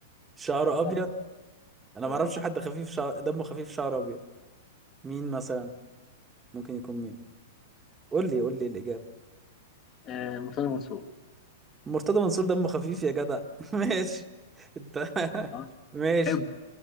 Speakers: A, on the right; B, on the left.
A: شعره
B: شكله
A: ابيض انا
B: اه
A: ما اعرفش حد خفيف شعر... دمه خفيف شعره ابيض مين مثلا ممكن يكون مين قول لي قول لي الإجابة
B: آه، مرتضى منصور
A: مرتضى منصور دمه خفيف يا جدع <laughs> ماشي انت <laughs>
B: اه
A: ماشي
B: حلو